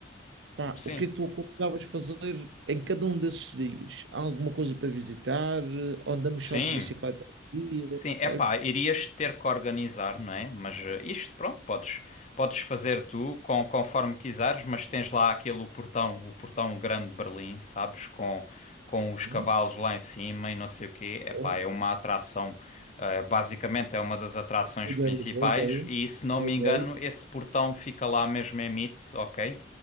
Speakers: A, on the right; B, on the left.
A: Pá,
B: sim,
A: o que é que tu aconselhavas fazer em cada um desses dias? Há alguma coisa para visitar? Ou Andamos
B: sim.
A: só de bicicleta ao dia,
B: Sim,
A: percebes?
B: é pá, irias ter que organizar, não é? Mas eh, isto, pronto, podes, podes fazer tu com, conforme quiseres, mas tens lá aquele o portão, o portão grande de Berlim, sabes? Com, com
A: Sim.
B: os cavalos lá em cima e não sei o quê. É
A: Ó,
B: pá, é uma atração, eh, basicamente é uma das atrações
A: boa
B: principais
A: ideia, boa ideia,
B: e, se não
A: boa
B: me
A: ideia.
B: engano, esse portão fica lá mesmo em Mitte, ok?